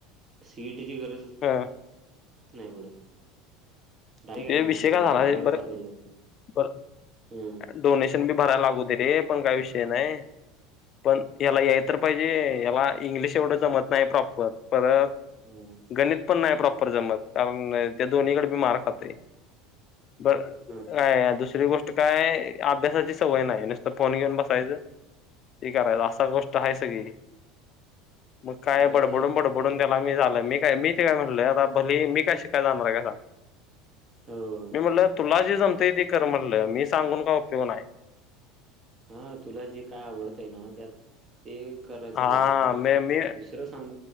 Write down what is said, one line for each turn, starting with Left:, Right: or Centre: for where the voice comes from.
Right: सी. ई टीची गरज अस
Left: ह
Right: त नाही पडत. डायरेक्ट
Left: ते
Right: ॲडमिशन
Left: विषय का
Right: घेतात
Left: झाला
Right: बारावी
Left: बर
Right: पास पाहिजे फक्त
Left: ब
Right: हं,
Left: डोनेशन बी भरायला लागू दे. ते पण काय विषय नाही. पण याला याय तर पाहि जे. याला इंग्लिश एवढं जमत नाही प्रॉपर. परत
Right: हं,
Left: गणित पण नाही प्रॉप जमत कारण त्या दोन्हीकडे मी मार खात ते बर
Right: हं.
Left: का दुसरी गोष्ट काय अभ्यासाची सवय नाही नुसतं फोन घेऊन बसायचं. ते करायच असा गोष्ट आहेस. ग मग काय
Right: हे
Left: बड बुडून बड बुडून दला मी झालंय मी काय मी ते काय म्हटलय आता भली मी काय श काय जाणार आहे काय सांग.
Right: हो
Left: मी म्हणलं तुला जे जमते. कर म्हटलं मी सांगून का उपयोग आहे.
Right: हा तुला जे काय आवडतं आहे ना त्यात ते कराय
Left: हा
Right: बघ नाही तर
Left: मी मी
Right: दुसर सग